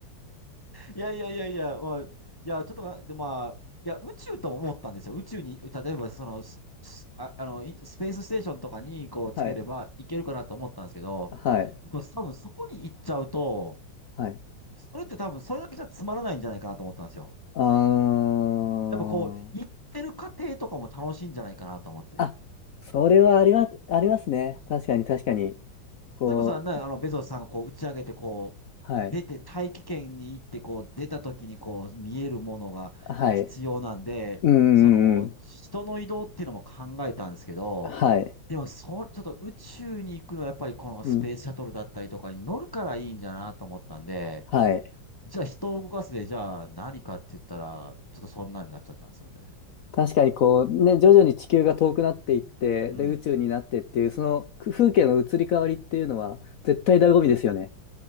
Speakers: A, on the left; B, on the left.
A: いやいやいやいやいやいや、まあ、いや、ちょっとな、で、まあ、いや、宇宙とも思ったんですよ。宇宙に、例えば、その、ススあ、あの、いスペースステーションとかに、こう、つければいけるかなと思ったんですけど、
B: はい、はい、
A: でも、多分そこに行っちゃうと、
B: はい。
A: それって多分それだけじゃつまらないんじゃないかなと思ったんですよ。
B: あー、
A: やっぱこう、行ってる過程とかも楽しいんじゃないかなと思って。
B: あ、それはありま、ありますね。確かに、確かに。こう、
A: それこそね、あの、ベゾスさんがこう打ち上げて、こう、
B: はい、
A: 出て、大気圏に行って、こう、出た時にこう、見えるものが必要なんで、
B: はい。うん、うん、
A: その、
B: うん。
A: 人の移動っていうのも考えたんですけど、
B: はい、
A: でも、そう、ちょっと宇宙に行くのはやっぱりこのスペースシャトルだったりとかに乗るからいいんじゃなと思ったんで、
B: うん、はい。
A: じゃあ人を動かすで、じゃあ何かって言ったら、ちょっとそんなになっちゃったんですよね。
B: 確かにこうね、徐々に地球が遠くなっていって、
A: うん。
B: で、宇宙になってっていう、そのく風景の移り変わりっていうのは、絶対醍醐味ですよね。